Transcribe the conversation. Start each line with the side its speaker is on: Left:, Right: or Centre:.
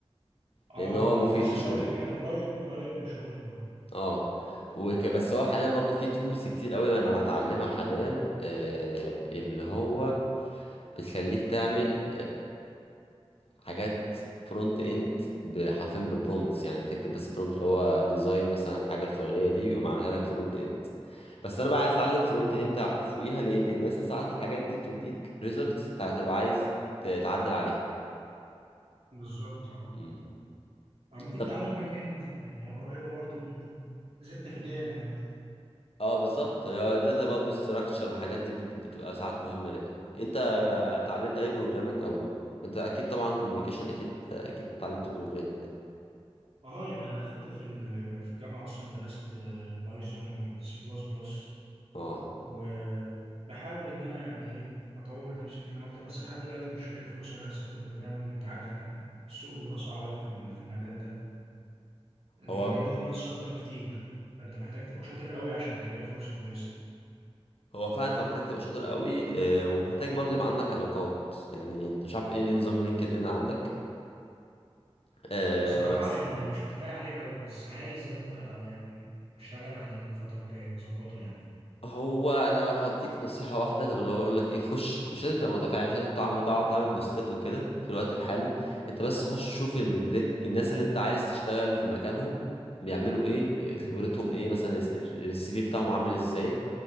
Right: اه
Left: لان هو
Right: انا
Left: مفيد
Right: كنت لسه
Left: في شغلي
Right: هقول لك يعني قريب قريب من شغلك برضه
Left: اه وك... بس هو حاليا برضو في تولز كتير قوي انا بتعلمها حاليا آه، اللي هو بتخليك تعمل حاجات فرونت اند حرفيا ببرومتس يعني بتكتب بس برومت اللي هو ديزاين مثلا الحاجه الفلانيه دي ويقوم عاملها لك فرونت اند بس انا بقى عايز اتعلم فرونت
Right: اه
Left: اند فوقيها ليه لان مثلا ساعات الحاجات دي بتديك ريزلتس انت هتبقى عايز ت- تعدل عليها
Right: بالظبط اه
Left: امم
Right: او ممكن
Left: طب
Right: تتعلم باك اند يعني قريبه برضه من زدت في دقيقه يعني
Left: اه بالظبط الداتا برضو ستراكشر والحاجات دي بت- بتبقى ساعات مهمه ليا انت اتعلمت اي بروجرامنج او انت اكيد طبعا كوميونيكيشن اكيد اكيد اتعلمت بروجرامنج
Right: اه يعني انا اخدت في ال- في الجامعه اصلا درست آه، البايثون والسي بلس بلس
Left: اه
Right: وبحاول ان انا يعني ايه اطور نفسي فيهم اكتر بس لحد دلوقتي مش لاقي فرصه للاسف في البروجرامينج انت عارف يعني السوق بيبقى صعب قوي في ال- في المجال ده المجال
Left: هو
Right: ده فيه ناس شاطرة كتير فأنت محتاج تبقى شاطر قوي عشان تلاقي فرصة كويسة
Left: هو فعلا انت محتاج تبقى شاطر قوي آه، ومحتاج برضه يبقى عندك علاقات يعني انت مش عارف ايه نظام لينكد ان عندك آه،
Right: بصراحة
Left: بس
Right: يعني ما- مش متفائل عليه قوي بس عايز أبدأ آه، يعني أشتغل عليه الفترة الجاية أظبطه يعني
Left: هو انا لو هديك نصيحه واحده طب اللي هو اقول لك ايه خش مش لازم تبقى متفاعل مش لازم تعمل تقعد تعمل بوستات وكده في الوقت الحالي انت بس خش شوف ال... الناس اللي انت عايز تشتغل في مكانهم بيعملوا ايه
Right: تمام.
Left: خبرتهم
Right: إن
Left: ايه مثلا السي في بتاعهم عامل ازاي